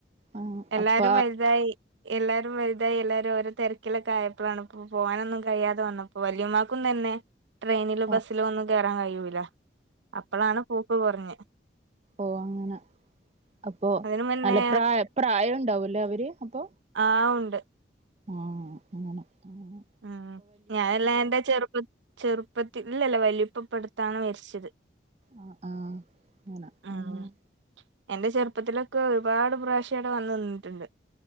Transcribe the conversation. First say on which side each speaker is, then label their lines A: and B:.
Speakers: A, on the right; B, on the right.
A: ആഹ്
B: എല്ലാരും
A: അപ്പ
B: വൽതായി എല്ലാരും വൽതായി എല്ലാരും ഓരോ തെരക്കിലൊക്കായപ്പളാണ് ഇപ്പോ പോവാനൊന്നും കയ്യാതെ വന്ന പ്പൊ വല്ല്യുമ്മാക്കും തന്നെ ട്രെയിനിലും
A: ഓ
B: ബസ്സിലോ ഒന്നും കേയ്റാൻ കഴിയൂല്ല അപ്പളാണ് പൂക്ക് കുർഞ്ഞ്
A: ഓഹ് അങ്ങന അപ്പൊ
B: അതിന് മുന്നേ
A: നല്ല പ്രായ് പ്രായൊണ്ടാവുലേ അവര് അപ്പൊ
B: ആഹ ഉണ്ട്
A: ആഹ അങ്ങനെ ആഹ
B: ഉം ഞാനല്ലാ എന്റെ ചെറുപ്പ ചെറുപ്പത്തി ഇല്ല ല്ല വലുപ്പ ഇപ്പടുത്താണ് മരിച്ചത്
A: ആഹ ആഹ അനെ
B: ഉം
A: അങ്ങനെ
B: എന്റെ ചെറുപ്പത്തിലൊക്കെ ഒരുപാട് പ്രാവശ്യ അവിടെ വന്ന് നിന്നിട്ട്ണ്ട്